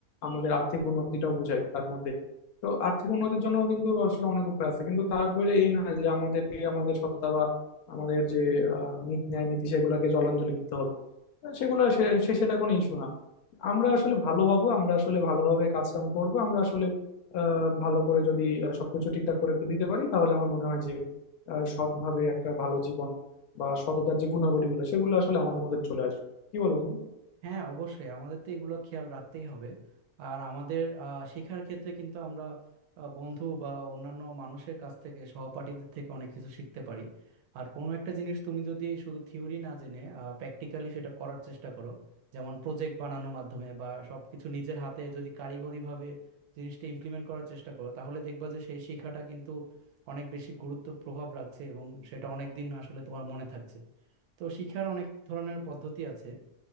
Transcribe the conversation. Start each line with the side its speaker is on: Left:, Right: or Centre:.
Left: আমাদের আর্থিক উন্নতিটাও বোঝায় তার মধ্যে তো আর্থিক উন্নতির জন্য কিন্তু আসলে অনেক উপায় আছে কিন্তু তারপরে এই না যে আমাদেরকে আমাদের সততা বা আমাদের যে আহ, নীতি ন্যায় নীতি সেগুলোকে জলাঞ্জলি দিতে হবে আহ, সেগুলো সে সে- সেটা কোনো ইস্যু না আমরা আসলে ভালো হব আমরা আসলে ভালোভাবে কাজ কাম করবো আমরা আসলে আহ, ভালো করে যদি আহ, সবকিছু ঠিকঠাক করে একটু দিতে পারি তাহলে আমার মনে হয় যে আহ, সৎভাবে একটা ভালো জীবন বা সততার যে গুণাবলীগুলো সেগুলো আসলে আমাদের মধ্যে চলে আসবে কি বলো বন্ধু
Right: হ্যাঁ অবশ্যই আমাদের তো এগুলো খেয়াল রাখতেই হবে আর আমাদের আহ, শেখার ক্ষেত্রে কিন্তু আমরা আহ, বন্ধু বা অন্যান্য মানুষের কাছ থেকে সহপাঠীদের থেকে অনেক কিছু শিখতে পারি আর কোনো একটা জিনিস তুমি যদি শুধু থিওরি না জেনে প্র্যাকটিক্যালি সেটা করার চেষ্টা করো যেমন প্রজেক্ট বানানোর মাধ্যমে বা সবকিছু নিজের হাতে যদি কারিগরিভাবে জিনিসটা ইমপ্লিমেন্ট করার চেষ্টা করো তাহলে দেখবা যে সেই শিক্ষাটা কিন্তু অনেক বেশি গুরুত্ব প্রভাব রাখছে এবং সেটা অনেক দিন আসলে তোমার মনে থাকছে তো শিক্ষার অনেক ধরনের পদ্ধতি আছে